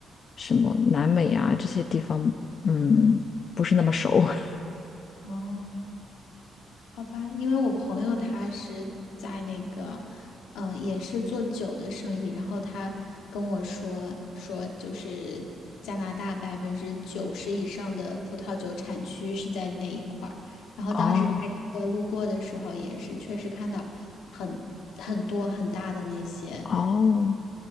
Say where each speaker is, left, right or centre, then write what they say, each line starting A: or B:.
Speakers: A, on the left; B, on the left.
A: 什么南美啊这些地方，嗯，不是那么熟。<laughs>
B: 哦，好吧，因为我朋友他是在那个，嗯、也是做酒的生意，然后他跟我说说，就是加拿大百分之九十以上的葡萄酒产区是在那一块儿，然后当时开车路过的时候，
A: 哦
B: 也是确实看到很很多很大的那些
A: 哦